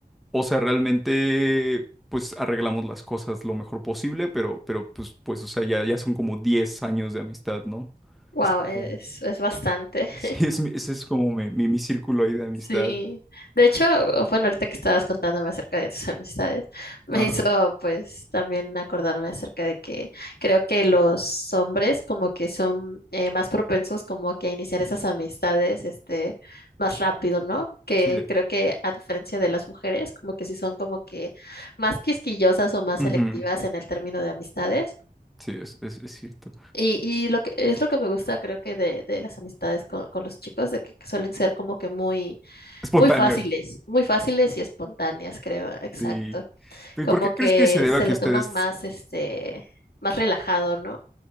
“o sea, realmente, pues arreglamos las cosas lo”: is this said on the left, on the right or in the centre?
Centre